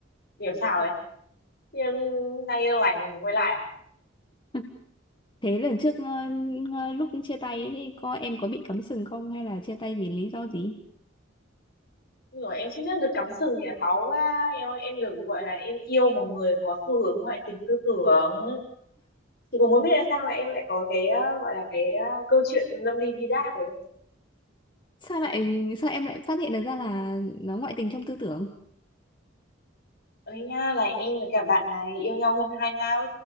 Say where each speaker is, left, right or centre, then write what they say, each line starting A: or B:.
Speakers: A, on the left (about 60°); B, on the left (about 25°).
A: kiểu sao ấy thì em nay lành muốn quay lại à?
B: <laughs> Thế lần trước ờ, ờ, lúc chia tay ấy, thì có em có bị cắm sừng không hay là chia tay vì lý do gì?
A: Ôi Rồi em xin phép được cắm sừng nhỉ báu quá em ơi, em được gọi là em yêu một người có xu hướng ngoại tình tư tưởng chị cũng muốn biết là sao mà em lại có cái ờ, gọi là cái ờ, câu chuyện lâm ly bi đát đấy
B: Sao lại sao em lại phát hiện được ra là nó ngoại tình trong tư tưởng?
A: Ơi nha là em với cả bạn này yêu nhau hơn hai năm